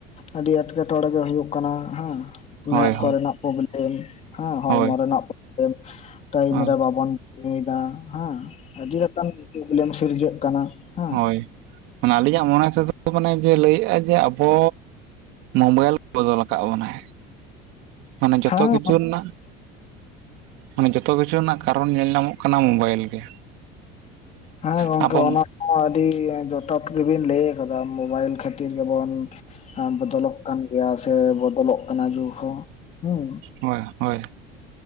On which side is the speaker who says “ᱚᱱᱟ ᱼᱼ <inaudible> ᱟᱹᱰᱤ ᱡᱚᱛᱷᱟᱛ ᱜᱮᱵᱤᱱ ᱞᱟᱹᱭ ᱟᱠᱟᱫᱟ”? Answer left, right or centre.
Left